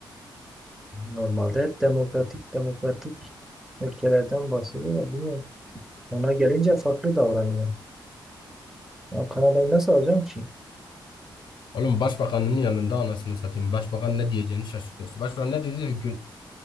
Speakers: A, in the centre; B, on the left.
A: Normalde hep demokratik demokratik ülkelerden bahsediyor ama bilmiyorum. Ona gelince farklı davranıyor. Ya Kanada'yı nasıl alacağım ki?
B: Oğlum başbakanın yanında anasını satayım. Başbakan ne diyeceğini şaşırtıyorsun. Başbakan ne dedi? Gül,